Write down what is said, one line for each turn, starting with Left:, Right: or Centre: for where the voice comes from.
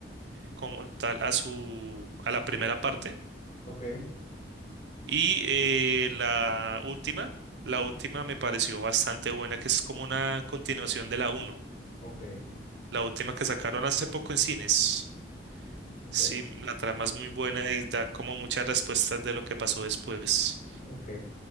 Right: como tal, a su, a la primera parte.
Left: ok,
Right: Y eh, la última, la última me pareció bastante buena, que es como una continuación de la uno,
Left: ok,
Right: la última que sacaron hace poco en cines.
Left: ok.
Right: Sí, la trama es muy buena y da como muchas respuestas de lo que pasó después.
Left: ok.